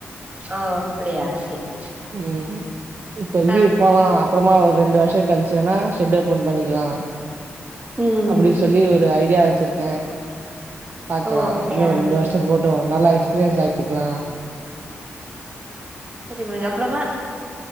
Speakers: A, on the right; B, on the right.
A: ஓ அப்படியா சரி
B: உம் இப்பதிக்கு
A: ஆ
B: போலாம் அப்பறமா ஒரு ரெண்டு வருஷம் கழிச்சு வேனா ஷெட் ஓப்பன் பண்ணிக்கலா
A: ம்
B: அப்டி சொல்லி ஒரு ஐடியா வச்சுருக்கே பாக்கலா
A: ஓ அப்படியா
B: இன்னும் ஒரு ரெண்டு வருஷோ போட்டோம் நல்லா எக்ஸ்பீரியன்ஸ் ஆகிக்கலா
A: <unintelligible> அப்றமா